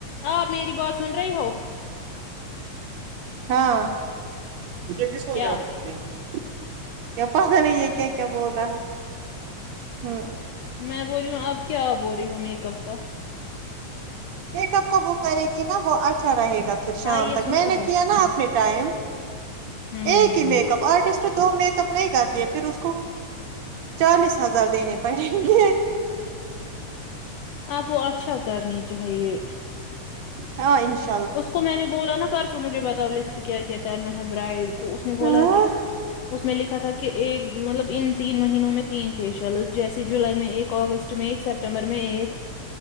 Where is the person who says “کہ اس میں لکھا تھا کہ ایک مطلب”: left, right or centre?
Left